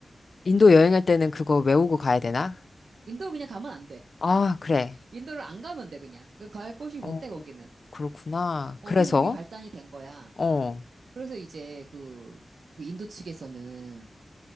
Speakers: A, on the left; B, on the right.
A: 인도 여행할 때는 그거 외우고 가야 되나?
B: 인도를 그냥 가면 안 돼.
A: 아, 그래.
B: 인도를 안 가면 돼, 그냥. 그갈 곳이 못
A: 어,
B: 돼, 거기는.
A: 그렇구나.
B: 어,
A: 그래서,
B: 그래서 그게 발단이 된 거야.
A: 어,
B: 그래서 이제 그, 그 인도 측에서는,